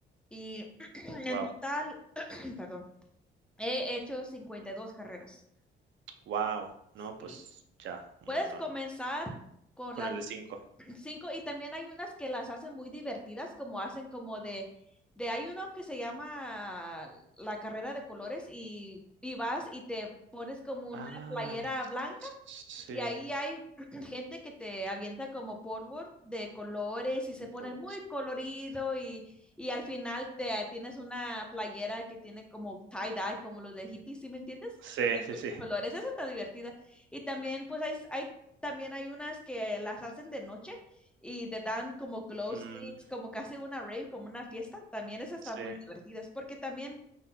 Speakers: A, in the centre; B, on the right (about 70°).
A: Y <clears throat>
B: Wow.
A: en total, <clears throat> perdón, he hecho 52 carreras.
B: Wow. No, pues
A: Sí.
B: ya, un
A: Puedes
B: montón.
A: comenzar con
B: Con
A: las
B: el de cinco
A: cinco y también hay unas que las hacen muy divertidas, como hacen como de, de hay uno que se llama la carrera de colores y, y vas y te pones como
B: Ah,
A: una playera blanca
B: sí.
A: y ahí hay <clears throat> gente que te avienta como polvo de colores y se
B: el
A: pone
B: polo-
A: muy colorido y, y al final te tienes una playera que tiene como tie-dye, como los de hippies, ¿sí me entiendes?
B: Sí, sí,
A: Los
B: sí.
A: colores, esa está divertida. Y también pues hay, hay también hay unas que las hacen de noche y te dan como glow
B: Mm,
A: sticks, como casi una rave, como una fiesta. También esas están
B: sí.
A: muy divertidas porque también